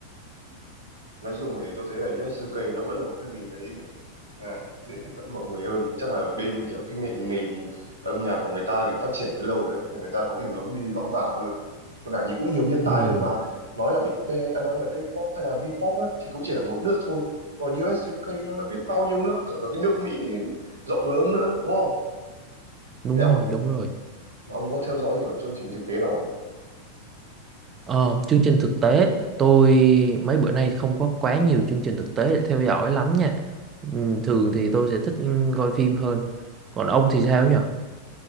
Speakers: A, on the right; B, on the right.
A: nói chung thì tôi thấy là US UK nó vẫn là một cái gì đấy kiểu là dễ tiếp cận mọi người hơn chắc là bên kiểu cái nền nền âm nhạc của người ta kiểu phát triển từ lâu đấy nên người ta có cái hướng đi rõ ràng hơn và cả như cũng nhiều nhân tài
B: ừ
A: hơn mà nói là Big Bang à, nói là K-pop hay là V-pop ấy, thì cũng chỉ là một nước thôi còn US UK nó là biết bao nhiêu nước cả, cả cái nước Mỹ rộng lớn nữa đúng không
B: đúng
A: thế ông
B: rồi đúng rồi
A: ông có theo dõi kiểu chương trình thực tế nào không
B: Ờ, chương trình thực tế tôi mấy bữa nay không có quá nhiều chương trình thực tế để theo dõi lắm nha ừ, thường thì tôi sẽ thích ừ, coi phim hơn còn ông thì sao nhỉ